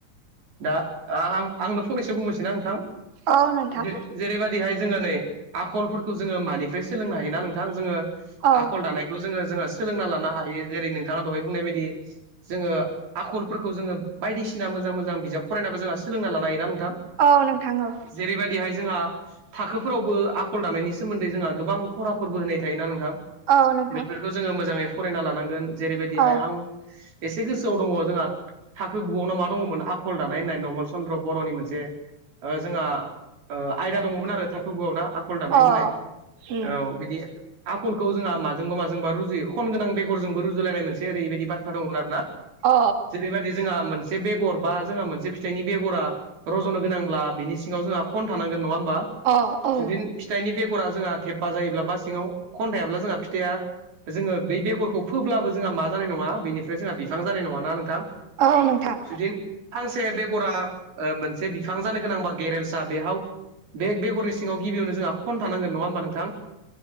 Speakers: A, on the right (about 80°); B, on the right (about 45°).
A: दा आं आंनो फंनैसो बुंनोसै ना नोंथां थां
B: औ नोंथां
A: जे जेरैबायदिहाय जोंङो नै आखलफोरखौ जोंङो मानिफ्राय सोलोंनो हायोना नोंथां जोंङो
B: अ
A: आखल दानाय बेखौ जोंङो जोंङो सोलोंना लानो हायो जेरै नोंथांङा दहाय बुंनाय बायदि जोंङो आखलफोरखौ जोंङो बायदिसिना मोजां मोजां बिजाब फरायनाबो जोंहा सोलोंना लानो हायोना नोंथां
B: औ नोंथां औ
A: जेरै बायदिहाय जोंहा थाखोफोरावबो आखल दानायनि सोमोन्दै जोंहा गोबां फराफोरबो होनाय थायोना नोंथां
B: औ नोंथां
A: बेफोरखौ जोंङो मोजांङै फरायना लानांगोन जेरैबायदिहाय
B: औ
A: आं एसे गोसोआव दंङो जोंहा थाखो गुआवनोाव मा दंङो मोन आखल दानाय होननाय नमल चन्द्र बर'नि मोनसे ओ जोंहा ओ आयदा दंङोमोन आरो थाखो गुआव ना आकल दानाय
B: अ
A: होननाय
B: उम
A: औ बिदि आखलखौ जोंहा माजोंबा माजोंबा रुजुयो खन गोनां बेगरजोंबो रुजुलायनाय मोनसे ओरैबायदि बाथ्रा दंमोन आरोना
B: अ
A: जेरैबायदि जोंहा मोनसे बेगर बा जोंहा मोनसे फिथाइनि बेगरा रज'नो गोनांब्ला बिनि सिङांव जोंहा खन थानांगोन नंङा होमबा
B: अ औ
A: जुदि फिथाइनि बेगरा जोंहा थेफा जायोब्ला बा सिङांव खन्थायाब्ला जोंहा फिथाइया जोङो बे बेगरखौ फोब्लाबो जोंहा मा जानाय नङा बेनि फ्राय जोंहा बिफां जानाय नङाना नोंथां
B: औ नोंथां
A: जुदि फांसे बेगरा मोनसे बिफां जानो गोनांबा गेरेमसा बेहाव बे बेगरनि सिङाव गिबियावनो जोंहा खन थानांगोन नङा होमबा नोंथां